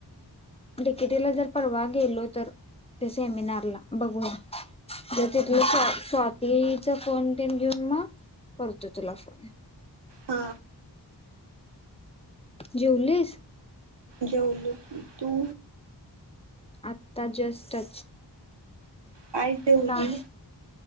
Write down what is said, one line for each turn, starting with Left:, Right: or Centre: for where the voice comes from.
Left: डिकेटला जर परवा गेलो तर त्या सेमिनारला बघून तिथला स्वा स्वातीचा फोन तेन घेऊन मग करतो तुला फोन.
Right: हा
Left: जेवलीस?
Right: जेवले तु
Left: आता जस्टच
Right: काय जेवलीस
Left: का